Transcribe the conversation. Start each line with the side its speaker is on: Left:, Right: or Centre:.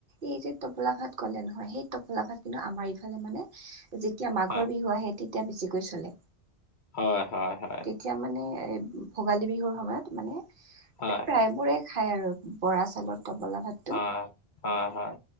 Right: এই যে টোপোলা ভাত কলে নহয় সেই টোপোলা ভাত কিন্তু আমাৰ এইফালে মানে যেতিয়া মাঘৰ
Left: হয়
Right: বিহু আহে তেতিয়া বেছিকৈ চলে
Left: হয় হয় হয়
Right: তেতিয়া মানে এই ভোগালী বিহুৰ সময়ত মানে প্ৰায়বোৰে
Left: হয়, হয়,
Right: খাই আৰু বৰা চাউলৰ টোপোলা ভাত
Left: হয় হয় হয়